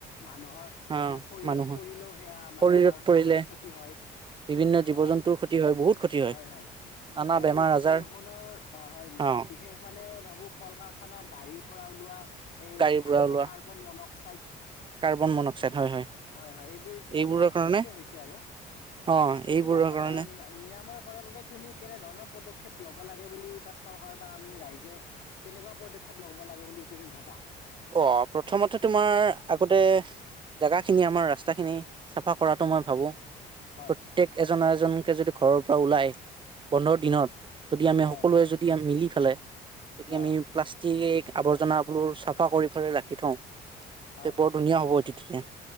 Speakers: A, on the left; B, on the right.
A: মানুহৰ
B: অ',
A: মানে শৰীৰত
B: মানুহৰ
A: পৰিলেও সেয়া মানে
B: শৰীৰত
A: আমাৰ
B: পৰিলে
A: ছালৰ ক্ষতি হয়
B: বিভিন্ন জীৱ
A: অ।
B: জন্তুৰ ক্ষতি হয় বহুত ক্ষতি
A: হয় হয়
B: নানা বেমাৰ
A: এই এচিড
B: আজাৰ
A: বৰষুণৰ অ হয়
B: অ',
A: বিশেষ মানে ভাব এইবোৰ কল কাৰখানা গাড়ীৰ পৰা ওলোৱা এই
B: গাড়ীৰ
A: বিষাক্ত
B: পৰা ওলোৱা
A: কাৰ্বন মনক চাইদ
B: কাৰ্বন মনক্সাইড হয়
A: হয় হয় এইবোৰ
B: এইবোৰৰ কাৰণে
A: ফলতে হৈছে আৰু
B: অ
A: এইবোৰক
B: এইবোৰৰ কাৰণে
A: নিৰা তাৰ বাবে তুমি কেনে ধৰণৰ পদক্ষেপ লব লাগে বুলি বা চৰকাৰ বা আমি ৰাইজে কেনেকুৱা পদক্ষেপ লব লাগে বুলি তুমি ভাবা?
B: অ প্ৰথমতে তোমাৰ আগতে জাগাখিনি আমাৰ ৰাস্তা খিনি চাফা কৰাটো মই ভাবো।
A: হয়
B: প্ৰত্যেক এ এজন এজনকে যদি ঘৰৰ পৰা ওলাই বন্ধত দিনত যদি আমি
A: হয়
B: সকলোৱে যদি মিলি খালে
A: অ
B: যদি আমি প্লাষ্টিক আৱৰ্জনাবোৰ চাফ চাফা কৰি পেলাই ৰাখি থওঁ
A: হয়
B: তে বৰ ধুনীয়া হ'ব এ ঠিকেই